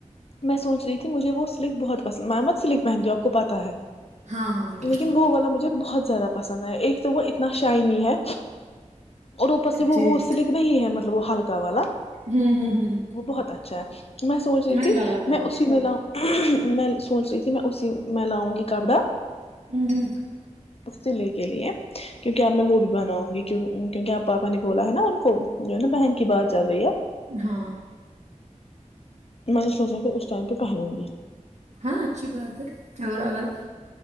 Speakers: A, on the left (about 50°); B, on the right (about 65°).
A: میں سوچ رہی تھی مجھے وہ سلک بہت پسند میںمت سلک پہنتی ہوں آپ کو پتا ہے
B: ہاں ہاں مجھے پتا
A: لیکن
B: ہے
A: وہ والا مجھے بہت زیادہ پسند ایک تو وہ اتنا شائنی ہے اور اوپر سے وہ
B: ٹھیک
A: وہ سلک نہیں ہے مطلب وہ ہلکا والا
B: ہوں ہوں ہوں ہوں
A: وہ بہت اچھا ہے میں سوچ رہی
B: مہنگا
A: تھی
B: والا
A: میں
B: ہے
A: اسی میں لاؤں میں سوچ رہی تھی میں اسی میں لاؤں گی کپڑا
B: دو <inaudible>
A: تختلی کے لیے <inaudible> کیونکہ اب میں وہ بھی بناؤں گی کیونکہ آپ پاپا نے بولا ہے نا ان کو جو ہے نا بہن کی بات چل رہی ہے
B: ہاں
A: میں نے سوچا پھر اس ٹائم پہ پہروں گی
B: ہاں اچھی بات ہے اور اگر